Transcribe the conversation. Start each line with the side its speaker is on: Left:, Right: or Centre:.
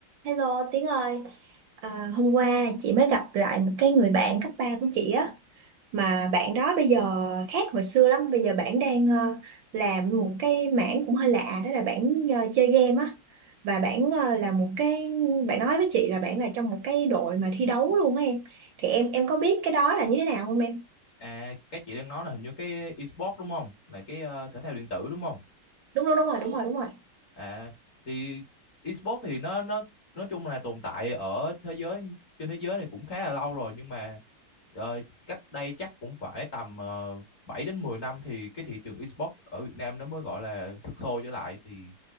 Right: Hello Tiến ơi, à, hôm qua chị mới gặp lại một cái người bạn cấp 3 của chị á mà bạn đó bây giờ khác hồi xưa lắm, bây giờ bạn đang ờ, làm một cái mảng cũng hơi lạ đó là bạn ờ, chơi game á và bạn ờ, là một cái bạn nói với chị là bạn là trong một cái đội mà thi đấu luôn á em. Thì em em có biết cái đó là như thế nào không em?
Left: À, cái chị đang nói là hình như cái esports đúng không? Là cái ờ, thể thao điện tử đúng không?
Right: Đúng đúng đúng rồi, đúng rồi, đúng rồi.
Left: À, thì esports thì nó nó nói chung là tồn tại ở thế giới trên thế giới này cũng khá là lâu rồi nhưng mà ờ, cách đây chắc cũng phải tầm uh, 7 đến 10 năm thì cái thị trường esports ở Việt Nam nó mới gọi là sục sôi trở lại thì